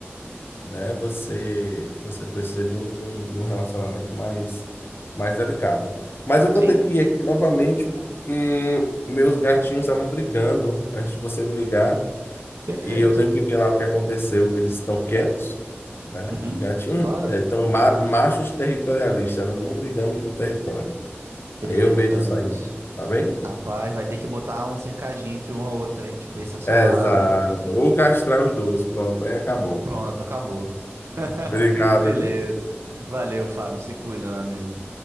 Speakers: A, on the left; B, on the right.
A: né? Você você precisa de um, de um, de um relacionamento mais mais delicado. Mas eu vou
B: Sim,
A: ter que ir aqui novamente porque meus gatinhos estavam brigando antes de você me ligar
B: perfeito.
A: e eu tenho que ver lá o que aconteceu, que eles estão quietos, né?
B: Uhum,
A: Gatinhos,
B: claro.
A: né, tão ma- machos territorialistas, um brigando por território. Aí
B: Eita,
A: eu vejo isso
B: nós.
A: aí, tá bem?
B: Rapaz, vai ter que botar um cercadinho entre uma e outra, hein? Tipo, esse é o seu
A: É,
B: lado.
A: Exato.
B: e-
A: Ou castrar os dois, pronto, aí acabou.
B: Pronto, acabou. <laughs>
A: Obrigado,
B: Beleza.
A: viu?
B: Valeu, Fábio. Se cuida, meu amigo.